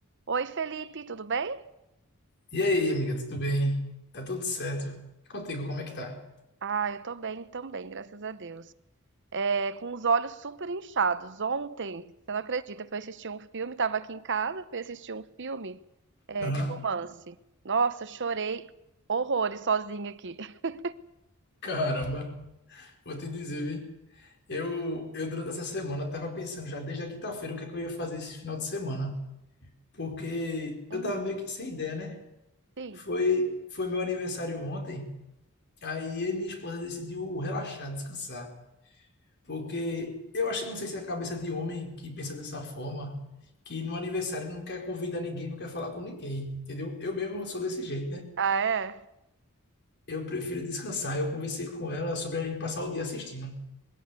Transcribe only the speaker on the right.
Oi, Felipe, tudo bem?
Ah, eu tô bem também, graças a Deus. É, com os olhos super inchados. Ontem, você não acredita, eu fui assistir um filme, tava aqui em casa, fui assistir um filme, é,
de romance. Nossa, chorei horrores sozinha aqui. <laughs>
Hum,
sim.
sim.
Ah, é?